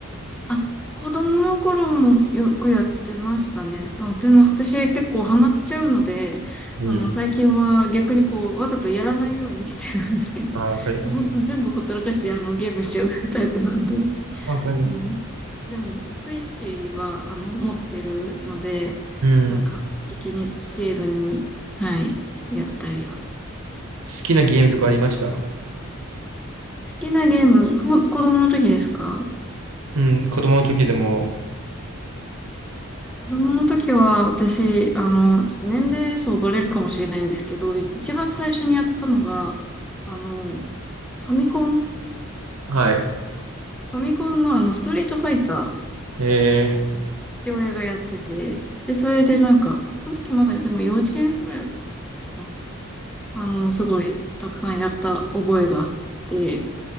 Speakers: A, in the centre; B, on the right.
A: あ、子供の頃もよくやってましたね。でも、でも私結構ハマっちゃうので、
B: うん。
A: あの、最近は逆にこう、わざとやらないようにしてるんですけど、
B: あー、わかります。
A: 本当全部ほったらかして、あの、ゲームしちゃうタイプなんで。
B: わかります。
A: うん。でも、スイッチは、あの、持ってるので、
B: うん。
A: なんか、
B: 好
A: 息抜き程度に、はい、やったりは。好
B: きなゲームとかありました
A: きなゲーム、こ、子供の時ですか
B: うん、子供の時でも、
A: 子供の時は、私、あの、ちょっと年齢層バレるかもしれないんですけど、一番最初にやったのが、あの、ファミコン、フ
B: はい。
A: ァミコンのあの、ストリートファイタ
B: え
A: ーを父親がやってて、で、それでなんか、その時まだ、でも幼稚園ぐらいだったのかあの、すごい、たくさんやった覚えがあって、